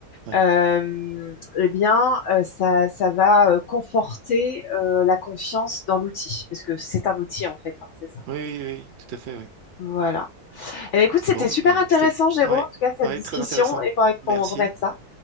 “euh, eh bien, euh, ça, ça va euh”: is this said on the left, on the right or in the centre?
Left